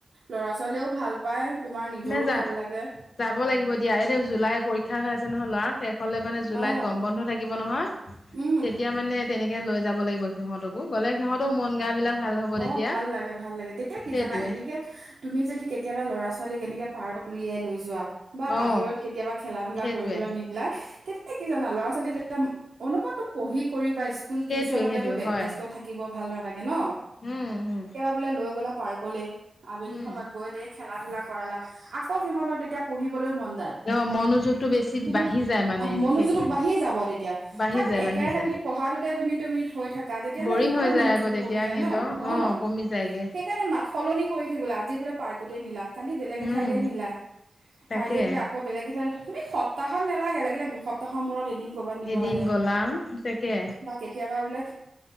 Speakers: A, on the right; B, on the left.
A: ল'ৰা- ছোৱালীও ভাল পায়। তোমাৰ নিজৰো
B: নেযায়,
A: ভাল লাগে
B: যাব লাগিব দিয়া এইটো জুলাই পৰীক্ষা হৈ আছে নহয় ল'ৰা শেষ হলে মানে জুলাইত
A: অ',
B: গৰম বন্ধ থাকিব নহয়,
A: উম,
B: তেতিয়া মানে তেনেকে লৈ যাব লাগিব সিহঁতকো গ'লে সিহঁতৰ মন গা বিলাক ভাল হ'ব তেতিয়া।
A: অ ভাল লাগে ভাল লাগে তেতিয়া কি
B: সেইটোৱে
A: জানা এনেকে তুমি যদি কেতিয়াবা ল'ৰা- ছোৱালীক এনেকে পাৰত উলিয়াই লৈ যোৱা বা বাহিৰত
B: অ
A: কেতিয়াবা খেলা ধূলা
B: সেইটোৱে
A: কৰিবলৈ নিদিলা এই কি জানা ল'ৰা ছোৱালী তেতিয়া অনুভৱটো পঢ়ি কৰি বা স্কুল
B: সেইটোৱে
A: টিউচনতেতো
B: সেইটোৱে হয়
A: ব্যস্ত থাকিব ভাল নালাগে ন।
B: উম উম
A: সেইবাবে বোলে লৈ গ'লা পাৰ্কলে আবেলি
B: উম
A: সময়ত গৈ দে খেলা ধূলা কৰালা আকৌ সিহঁতত এতিয়া পঢ়িবলৈ মন যায়,
B: অ মনোযোগটো বেছি
A: কিন্তু
B: বাঢ়ি যায় মানে
A: আহ মনোযোগটো
B: সেইটোৱে
A: বাঢ়িয়ে যাব তেতিয়া
B: বাঢ়ি
A: কাৰণ তুমি
B: যায়
A: একেৰাহে
B: বাঢ়ি যায়
A: যদি পঢ়াটাতে তুমি তুমি থৈ থাকা তেতিয়াহলে
B: বৰিং
A: সিহতৰ
B: হৈ
A: মনোযোগটো
B: যায় আকৌ তেতিয়া
A: কমি যায়
B: সিহঁতৰ
A: ন। অ,
B: কমি যায়গে
A: সেইকাৰণে মা সলনি কৰি থাকিব লাগে আজি বোলে পাৰ্কতে নিলা কালি বেলেগ
B: উম
A: এঠাইলৈ নিলা,
B: তাকে
A: কাইলে বোলে আকৌ বেলেগ এঠাই মানে সপ্তাহত নেলাগে লগিলে দূ সপ্তাহৰ মূৰত এদিন কৰ'বাত নিব
B: এদিন
A: লাগে
B: গ'লা তাকে
A: বা কেতিয়াবা বোলে